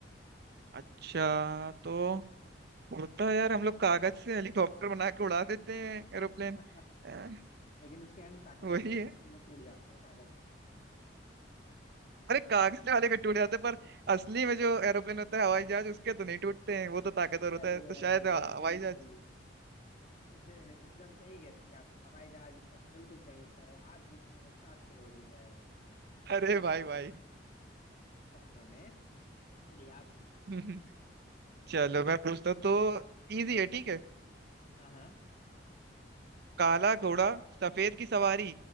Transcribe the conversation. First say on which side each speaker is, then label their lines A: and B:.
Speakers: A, on the right (about 60°); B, on the left (about 40°).
A: अच्छा तो उड़ता है यार हम लोग कागज से हेलीकॉप्टर बना के उड़ा देते हैं एरोप्लेन
B: <laughs>
A: अ,
B: लेकिन उसके अंग ताकतवर
A: वही
B: नहीं
A: है
B: होते वो टूट जाते हैं कागज वाले
A: अरे कागज वाले के टूट जाते हैं पर असली में जो एरोप्लेन होता है हवाई जहाज उसके तो नहीं टूटते हैं वो तो ताकतवर होता
B: अरे
A: है तो शायद
B: अरे अरे
A: हवाई
B: बिल्कुल
A: जहाज
B: <laughs> एकदम सही गेस किया आपने हवाई जहाज इसका बिल्कुल सही उत्तर है आप जीतते हैं सात करोड़ रुपए
A: अरे भाई भाई
B: सपनों में चलिए आप पूछिए
A: <laughs> चलो मैं पूछता हूँ तो इजी है ठीक है
B: हाँ हाँ
A: काला घोड़ा सफेद की सवारी